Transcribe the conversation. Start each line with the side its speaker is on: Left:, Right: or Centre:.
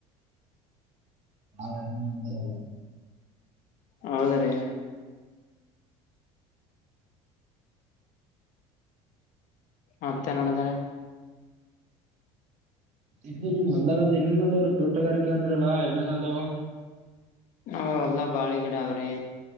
Right: ಹಾರಂದರ ಅಲ್ಲ.
Left: ಹೌದ್ರೀ. ಮತ್ತೆ ನಡದಾರೆ.
Right: ಇದು ನಿಮ್ ಹಲ್ದಾಗ ಏನೇನ್ ಅದಾವ್ರೀ ತೋಟಗಾರಿಕೆ ಅಂದ್ರಲ್ಲಾ ಏನೇನ್ ಅದಾವ.
Left: ನ ಎಲ್ಲಾ ಬಾಳೆ ಗಿಡ ಅವ್ರಿ.